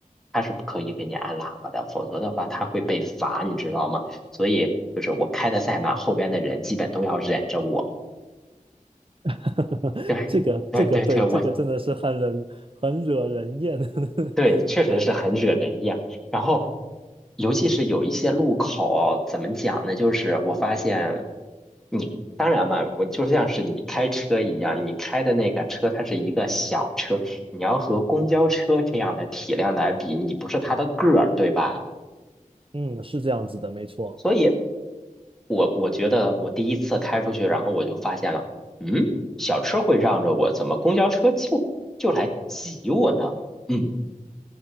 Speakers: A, in the centre; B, on the right.
A: 它是不可以给你按喇叭的，否则的话它会被罚，你知道吗？所以就是我开的再慢，后边的人基本都要忍着我。
B: <laughs>
A: 对对对对，
B: 这个这个对，
A: 我
B: 这个真的是很人很惹人厌。<laughs>
A: 对，确实是很惹人厌。
B: 对，
A: 然后，尤其是有一些路口，怎么讲呢？就是我发现你，当然嘛，我就像是你开车一样，你开的那个车它是一个小车，你要和公交车这样的体量来比，你不是它的个儿，对吧？
B: 嗯，是这样子的，没错。
A: 所以我，我觉得我第一次开出去，然后我就发现了，嗯，小车会让着我，怎么公交车就就来挤我呢？嗯